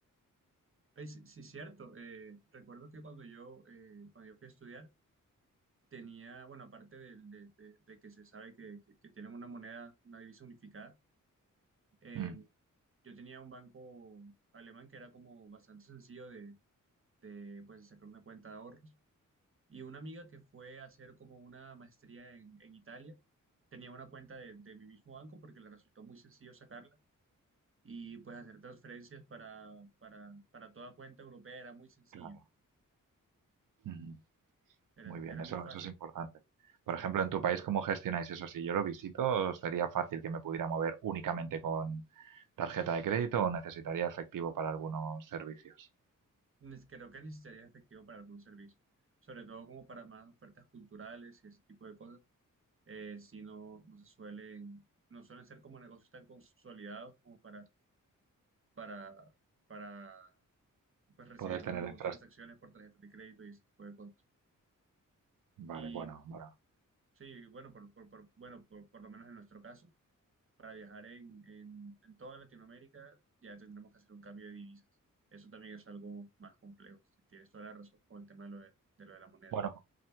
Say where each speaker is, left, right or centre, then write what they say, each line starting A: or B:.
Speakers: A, on the right (about 40°); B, on the right (about 75°).
A: Pues, sí, cierto. eh, recuerdo que cuando yo, eh, cuando yo fui a estudiar, tenía, bueno, aparte del- de, de- de que se sabe que, que- que tienen una moneda, una divisa unificada, eh,
B: Mm.
A: yo tenía un banco alemán que era como bastante sencillo de, eh, pues, de sacar una cuenta de ahorros. Y una amiga que fue a hacer como una maestría en, en Italia, tenía una cuenta de, de mi mismo banco porque le resultó muy sencillo sacarla y pues hacer transferencias para, para, para toda cuenta europea era muy sencillo,
B: Claro. Ujú.
A: era,
B: Muy bien,
A: era
B: eso,
A: muy fácil.
B: eso es importante. Por ejemplo, en tu país, ¿cómo gestionáis eso? Si yo lo visito, ¿sería fácil que me pudiera mover únicamente con tarjeta de crédito o necesitaría efectivo para algunos servicios?
A: Nes- Creo que necesitarías efectivo para algunos servicios, sobre todo como para más ofertas culturales y ese tipo de cosas, eh, si no, no se suelen, no suelen ser como negocios tan consolidados como para, para, para pues, recibir
B: Poder tener
A: como
B: infraestructura.
A: transacciones por tarjetas de crédito y ese tipo de cosas.
B: Vale,
A: Y
B: bueno, bueno.
A: sí, bueno, por, por, por- bueno, por por lo menos en nuestro caso. para viajar en, en, en toda Latinoamérica, ya tendremos que hacer un cambio de divisas. Eso también es algo más complejo. Si tienes toda la razón con el tema de lo de, de lo de la moneda.
B: Bueno,
A: <laughs>